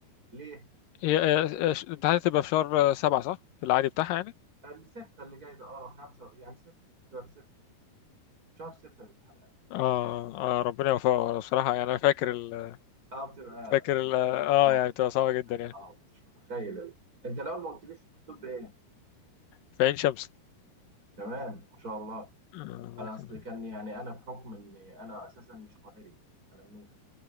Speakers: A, on the right; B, on the left.
A: ليه؟
B: هي آه، آه، ش- الامتحانات تبقى في شهر آه، سبعة صح؟ في العادي بتاعها يعني؟
A: الستة اللي جاي ده اه خمسة يعني ستة شهر ستة شهر ستة الامتحانات
B: اه اه ربنا يوفقه بصراحة يعني أنا فاكر ال...
A: اه بتبقى
B: فاكر ال...
A: لغة
B: اه
A: ال اه
B: يعني بتبقى صعبة
A: اه الحاجة
B: جدا يعني
A: اه مش متخيل ال- انت لو ما قلتليش في الطب ايه
B: في عين شمس
A: كمان ما شاء الله
B: آه، الله
A: انا
B: يكرمك.
A: اصلي كان يعني انا بحكم اني انا اساسا مش قاهري انا منوفي